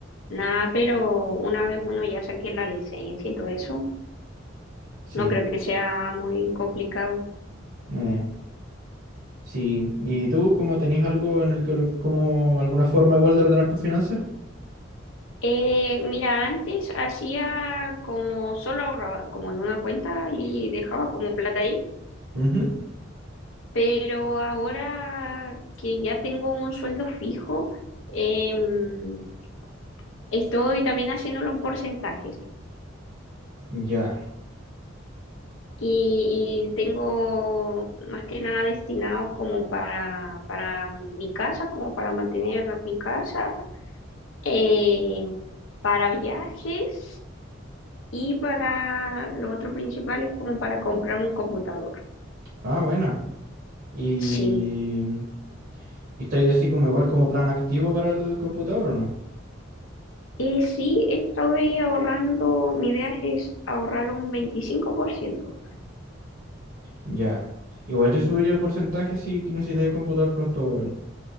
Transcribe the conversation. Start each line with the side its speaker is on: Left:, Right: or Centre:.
Left: Nada, pero una vez uno ya saque la licencia y todo eso,
Right: sí.
Left: no creo que sea muy complicado.
Right: eh, sí. ¿Y tú, cómo tenés algo en el que, lo- como alguna forma igual de ordenar tus finanzas?
Left: Eh, mira, antes hacía como solo ahorraba, como en una cuenta y dejaba como plata ahí,
Right: Ujú,
Left: pero ahora que ya tengo un sueldo fijo, em, estoy también haciéndolo en porcentajes
Right: Ya.
Left: y, y tengo más que nada destinados como para, para mi casa, como para mantener mi casa, em, para viajes y para lo otro principal es como para comprarme un computador.
Right: Ah, buena. ¿Y,
Left: Sí.
Right: y estáis así como igual como plan activo para el computador o no?
Left: Y sí, estoy ahorrando, mi idea es ahorrar un 25%.
Right: Ya. Igual yo subiría el porcentaje si necesitáis computador pronto, weón.